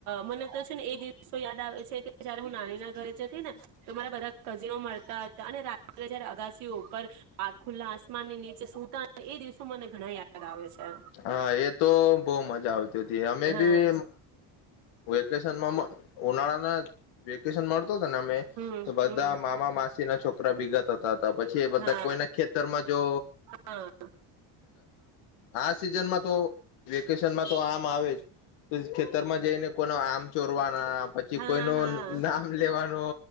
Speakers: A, on the right; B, on the left.
A: મને તો છે ને એ દિવ શું યાદ આવે છે કે જયારે હું નાની ના ઘરે જતી ને તો મારા બધા ખઝનો મળરતા હતા અને રાત્રે જયારે અગાસીઓ ઉપર આ ખુલ્લા આસમાન ની નીચે સુતા એ દિવસો મને ઘણા યાદ આવે છે
B: હા એ તો બવ મજા આવતી હ અમે
A: હા
B: બી વેકેશનમાં ઉનાળા વેેકેશન મ ને અમે
A: હમ
B: તો બધા
A: હમ
B: મામા માસ તેના છો કરા ભીગા થતા હતા પછી એ બધા
A: હા
B: કોઈને ખેતરમાં જો
A: હા
B: આ સિઝનમાં વેકેન તો આમ આવે જ. તો ખેતરમાં જઈને કોઈનો આમ ચોરવાના પછી
A: હા હા
B: કોઈનો
A: હા
B: નામ લેવાનો,